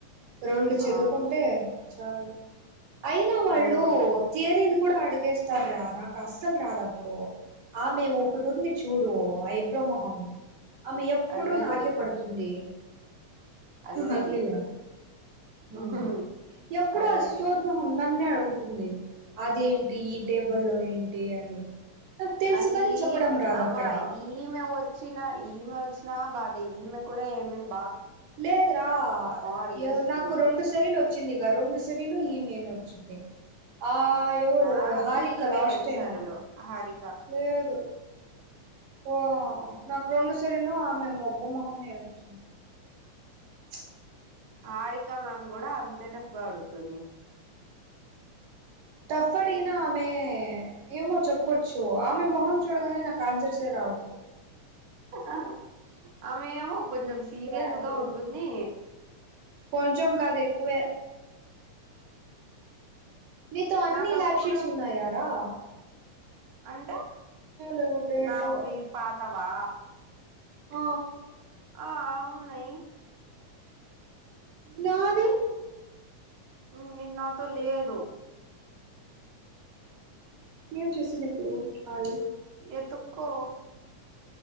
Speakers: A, on the right; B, on the right.
A: రొండు చదువుకుంటే
B: ఆ
A: చాలు అయినా వాళ్ళు
B: ఉమ్
A: తియరీ కూడా అడిగేస్తారు రా నాకు అస్సలు రాదప్పుడు ఆ మె ఒకటి ఉంది చూడు ఐబ్రో మొహం ఆమె ఎప్పుడు
B: అలివేలే
A: నాకే పడుతుంది.
B: అలివేలి
A: హా అల్వెలా ఆ
B: ఉహు
A: ఎప్పుడు
B: అలివేలి
A: ఆ సోది మొహం నన్నే అడు గుతుంది అదేంటి ఈ టేబుల్ లో ఏంటి అని తెలుసు
B: నాకు
A: కాని చెప్పడం
B: ఈమె
A: రాదు
B: అమ్మా
A: అక్కడ
B: ఈమె వచ్చిన ఈమె వచ్ న బాదే ఈమే కూడా ఏమేమ్
A: లేద్రా
B: అడిగేస్తుంది
A: ఎవరు నాకు రెండు సనిలు చ్చింది గ రెండుసరిలో ఈమేనే వచ్చింది ఆ ఎవరు
B: నాకు
A: హారిక
B: ఈమె
A: లాస్ట్
B: రెండు
A: టైము
B: సార్లు హారిక
A: లేదు ఓ నాకు రెండు సరిలు ఆమె మొబ్బు మొహమే వచ్చింది ప్చ్
B: హారిక మ్యామ్ గుడా అంతే టఫ్ గా అడుగుతుంది
A: టఫ్ అడిగినా ఆమె ఏమో చెప్పొచ్చు ఆమె మొహం చూడగానే నాకు ఆన్సర్సే రావు
B: హహ ఆమె ఎమో కొంచెం సీరియస్
A: బ్యాడ్
B: గా
A: గర్ల్
B: ఉంటుంది
A: కొంచెం కాదు ఎక్కువే నీతో అన్ని
B: నాదప్పుడు
A: ల్యాబ్ షీట్స్ ఉన్నాయా రా
B: అంటే
A: లేవో డేట్
B: నావి పాతవా
A: ఆ
B: ఆ ఉన్నయ్
A: నాది
B: నీది నాతో లేదు
A: ఏం చేసేది ఇప్పుడు నాది
B: ఎతుక్కో